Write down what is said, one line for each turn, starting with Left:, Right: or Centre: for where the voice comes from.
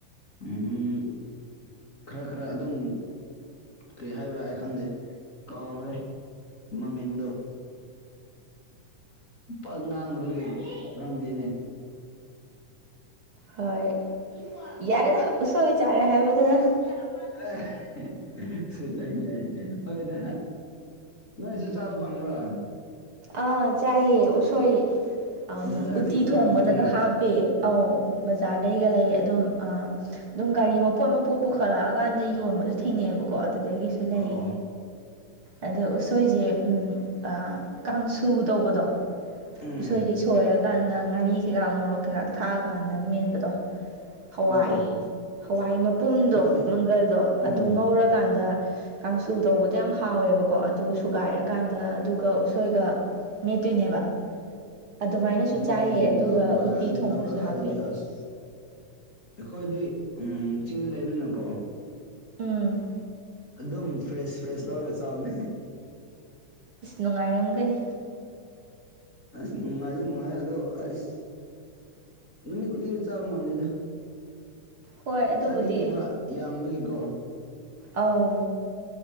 Left: ꯎꯝ ꯈꯔ ꯈꯔ ꯑꯗꯨꯝ ꯀꯩ ꯍꯥꯏꯕ꯭ꯔꯥ ꯑꯩ ꯈꯪꯗꯦ ꯀꯥꯎꯈ꯭ꯔꯦ ꯃꯃꯤꯡꯗꯣ ꯄꯥꯛ ꯉꯥꯡꯗꯕꯒꯤ ꯈꯪꯗꯦꯅꯦ
Right: ꯍꯣꯏ
Left: ꯏꯄ꯭ꯋꯥ
Right: ꯌꯥꯔꯦꯗ ꯎꯁꯣꯏ ꯆꯥꯔꯦ ꯍꯥꯏꯕꯗꯨꯅ
Left: <unintelligible> ꯑꯦ ꯎꯁꯣꯏ ꯆꯥꯢ ꯌꯥꯏ ꯍꯣꯏꯗ ꯅꯣꯏꯁꯨ ꯆꯥꯕ ꯐꯪꯕ꯭ꯔꯣ
Right: ꯑꯥ ꯆꯥꯏꯑꯦ ꯎꯁꯣꯏ ꯑꯝ
Left: ꯕꯖꯥꯔꯗꯒꯤ
Right: ꯎꯠꯇꯤ
Left: ꯂꯧꯔꯝꯒꯅꯤ
Right: ꯊꯣꯡꯕꯗꯒ ꯍꯥꯞ ꯄꯦ ꯑꯧ ꯕꯖꯥꯔꯗꯩꯒ ꯂꯩꯌꯦ ꯑꯗꯨꯝ ꯑꯥ ꯑꯗꯨꯝ ꯒꯥꯔꯤ ꯃꯄꯣꯠ ꯃꯄꯣꯠ ꯄꯨꯈꯠꯂꯛꯑꯀꯥꯟꯗ ꯌꯣꯟꯕꯁꯨ ꯊꯦꯡꯅꯩꯑꯦꯕꯀꯣ ꯑꯗꯨꯗꯒꯤꯁꯨ ꯂꯩ
Left: ꯑꯣ ꯑꯣ
Right: ꯑꯗꯣ ꯎꯁꯣꯏꯁꯦ ꯎꯝ ꯑꯥ ꯀꯥꯡꯁꯨ ꯇꯧꯕꯗꯣ
Left: ꯎꯝ
Right: ꯎꯁꯣꯏꯁꯤꯒꯤ ꯊꯣꯏꯔꯀꯥꯟꯗ ꯉꯥꯔꯤ ꯀꯩꯀꯥ ꯃꯣꯔꯣꯛ ꯀꯩꯀꯥ ꯊꯥꯛꯑꯀꯥꯟꯗ ꯃꯦꯠꯄꯗꯣ ꯍꯋꯥꯏ
Left: ꯎꯝ ꯎꯝ ꯎꯝ
Right: ꯍꯋꯥꯏ ꯃꯄꯨꯝꯗꯣ
Left: ꯅꯣꯏ
Right: ꯃꯪꯒꯜꯗꯣ
Left: ꯎꯝ
Right: ꯑꯗꯨ ꯉꯧꯔꯀꯥꯟꯗ ꯀꯥꯡꯁꯨ ꯇꯧꯕꯗꯣ ꯌꯥꯝ ꯍꯥꯎꯋꯦꯕꯀꯣ ꯑꯗꯨ ꯁꯨꯒꯥꯏꯔꯀꯥꯟꯗ ꯑꯗꯨꯒ ꯎꯁꯣꯏꯒ ꯃꯦꯠꯇꯣꯏꯅꯦꯕ ꯑꯗꯨꯃꯥꯏꯅꯁꯨ ꯆꯥꯏꯌꯦ
Left: ꯅꯣꯏ
Right: ꯑꯗꯨꯒ
Left: ꯂꯧ ꯕꯖꯥꯔꯒ
Right: ꯎꯇꯤ ꯊꯣꯡꯕꯗꯁꯨ
Left: ꯂꯧꯔꯦ ꯍꯥꯢꯔꯗꯤ
Right: ꯍꯥꯞꯄꯦ
Left: ꯑꯁ ꯑꯩꯈꯣꯏꯗꯤ ꯆꯤꯡꯗ ꯂꯩꯕꯅꯤꯅꯀꯣ
Right: ꯎꯝ
Left: ꯑꯗꯨꯝ ꯐ꯭ꯔꯦꯁ ꯐ꯭ꯔꯦꯁ ꯂꯧꯔꯒ ꯆꯥꯎꯕꯅꯦ
Right: ꯏꯁ ꯅꯨꯡꯉꯥꯏꯔꯝꯒꯅꯤ
Left: ꯑꯁ ꯅꯨꯡꯉꯥꯏꯗꯤ ꯅꯨꯡꯉꯥꯏꯌꯦ ꯑꯗꯣ ꯑꯁ ꯅꯨꯃꯤꯠ ꯈꯨꯗꯤꯡꯗꯤ ꯆꯥꯕ ꯉꯝꯗꯦꯗ
Right: ꯍꯣꯏ ꯑꯗꯨꯕꯨꯗꯤ
Left: ꯆꯥꯅꯤꯡꯗꯦꯕ ꯌꯥꯝꯕꯒꯤꯀꯣ
Right: ꯑꯥꯎ